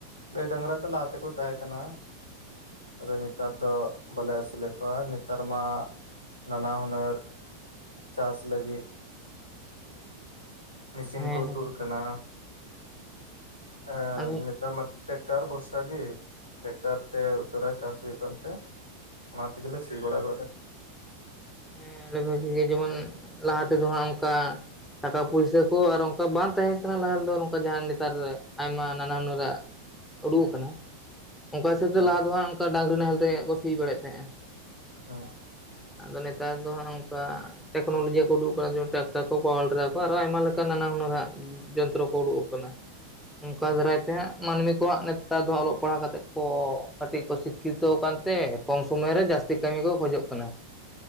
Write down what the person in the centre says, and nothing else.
ᱦᱮᱸ
ᱦᱮᱸ
ᱟᱫᱚ
ᱦᱮᱸ ᱟᱹᱰᱤ ᱵᱷᱟᱜᱤ ᱜᱮ ᱡᱮᱢᱚᱱ ᱞᱟᱦᱟ ᱛᱮᱫᱚ ᱦᱟᱸᱜ ᱚᱱᱠᱟ ᱴᱟᱠᱟ ᱯᱩᱭᱥᱟᱹ ᱠᱚ ᱟᱨ ᱠᱚ ᱵᱟᱝ ᱛᱟᱦᱮᱸ ᱠᱟᱱᱟ ᱞᱟᱦᱟ ᱨᱮᱫᱚ ᱱᱚᱝᱠᱟ ᱡᱟᱦᱟᱸ ᱱᱮᱛᱟᱨ ᱨᱮ ᱟᱭᱢᱟ ᱱᱟᱱᱟ ᱦᱩᱱᱟᱹᱨᱟᱜ ᱩᱰᱩᱠᱜᱚᱜ ᱠᱟᱱᱟ ᱚᱱᱠᱟ ᱦᱤᱥᱟᱹᱵ
ᱛᱮ ᱞᱟᱦᱟ ᱫᱚ ᱦᱟᱸᱜ ᱚᱱᱠᱟ ᱰᱟᱝᱨᱤ ᱱᱟᱦᱮᱞ ᱛᱮᱜᱮ ᱠᱚ ᱥᱤ ᱵᱟᱲᱟᱭᱮᱫ ᱛᱟᱦᱮᱸᱜᱼᱟ,
ᱟᱫᱚ ᱱᱮᱛᱟᱨ ᱫᱚ ᱦᱟᱸᱜ ᱚᱝᱠᱟ, ᱴᱮᱠᱱᱳᱞᱚᱡᱤᱭᱟ ᱠᱚ ᱩᱰᱩᱠ ᱠᱟᱫᱟ ᱡᱮᱢᱚᱱ ᱴᱨᱟᱠᱴᱟᱨ ᱠᱚ ᱯᱟᱣᱟᱨ ᱴᱮᱞᱟᱨ ᱠᱚ ᱟᱨᱚ ᱟᱭᱢᱟ ᱞᱮᱠᱟᱱ ᱱᱟᱱᱟ ᱦᱩᱱᱟᱹᱨᱟᱜ ᱡᱚᱱᱛᱨᱚ ᱠᱚ ᱩᱰᱩᱠ ᱟᱠᱟᱱᱟ ᱚᱱᱠᱟ
ᱫᱟᱨᱟᱭ ᱛᱮ ᱦᱟᱸᱜ, ᱢᱟᱹᱱᱢᱤ ᱠᱚ ᱦᱟᱸᱜ ᱱᱮᱛᱟᱨ ᱫᱚ ᱦᱟᱸᱜ ᱚᱞᱚᱜ ᱯᱟᱲᱦᱟᱣ ᱠᱟᱛᱮᱫ ᱠᱚ ᱠᱟᱹᱴᱤᱡ ᱠᱚ ᱥᱤᱠᱠᱷᱤᱛᱚ ᱠᱟᱱ ᱛᱮ ᱠᱚᱢ ᱥᱚᱢᱚᱭ ᱨᱮ ᱡᱟᱥ ᱛᱤ ᱠᱟᱹᱢᱤ ᱠᱚ ᱠᱷᱚᱡᱚᱜ ᱠᱟᱱᱟ